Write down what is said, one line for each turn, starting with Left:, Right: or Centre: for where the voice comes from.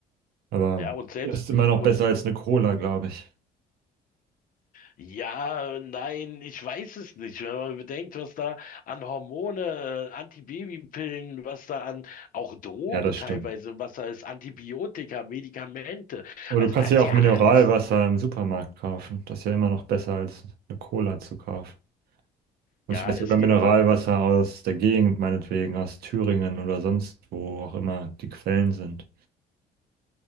Right: Aber
Left: Ja, und selbst,
Right: ist immer noch
Left: und
Right: besser als eine Cola, glaube ich.
Left: ja, nein, ich weiß es nicht. Wenn man bedenkt, was da an Hormone, äh, Antibabypillen, was da an auch Drogen
Right: Ja, das
Left: teilweise,
Right: stimmt.
Left: was da ist, Antibiotika, Medikamente.
Right: Aber
Left: Also
Right: du kannst
Left: da ist
Right: ja auch
Left: ja
Right: Mineralwasser
Left: alles.
Right: im Supermarkt kaufen. Das ist ja immer noch besser als eine Cola zu kaufen. Und
Left: Ja,
Right: vielleicht
Left: es
Right: sogar Mineralwasser
Left: gibt da
Right: aus der Gegend, meinetwegen, aus Thüringen oder sonst wo auch immer die Quellen sind.